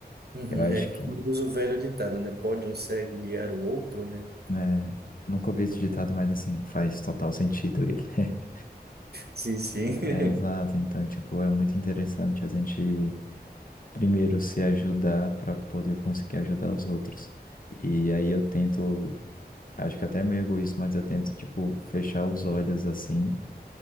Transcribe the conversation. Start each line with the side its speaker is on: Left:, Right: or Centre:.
Right: Uhum,
Left: Eu acho
Right: é
Left: que,
Right: como diz o velho ditado, né? Pode um cego guiar o outro, né?
Left: né, nunca ouvi esse ditado, mas assim, faz total sentido ele. <laughs>
Right: Sim, sim. <laughs>
Left: É, exato, então, tipo, é muito interessante a gente primeiro se ajudar para poder conseguir ajudar os outros. E aí eu tento, acho que até é meio egoísta, mas eu tento, tipo, fechar os olhos assim